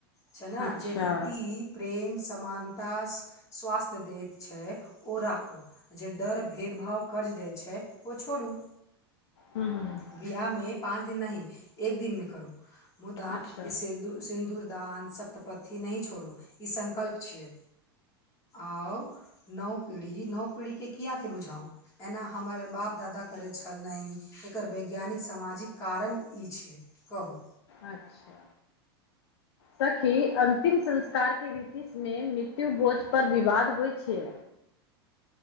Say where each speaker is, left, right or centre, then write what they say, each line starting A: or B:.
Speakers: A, on the left (about 25°); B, on the left (about 80°).
A: छै न
B: अच्छा
A: जे रीति। प्रेम समानता स्वास्थ्य दैत छै ओ राखू। जे डर भेदभाव कर्ज दै छै ओ छोरु
B: हूँ हूँ
A: बियाह में पाँच दिन नहीं एक दिन में करू मुदा
B: अच्छा
A: कि सिर सिन्दूरदान सप्तपथी नै छोरू ई संकल्प छियै। आओ। नव पीढ़ी नव पीढ़ीक के किया कऽ बुझाउ एना हमर बाप दादा करै छल नहीं एकर वैज्ञानिक सामाजिक कारण ई छै कहू।
B: अच्छ <inaudible> सखी अन्तिम संस्कार केँ रीति। तीसमे मृत्यु भोज पर विवाद होइ छै।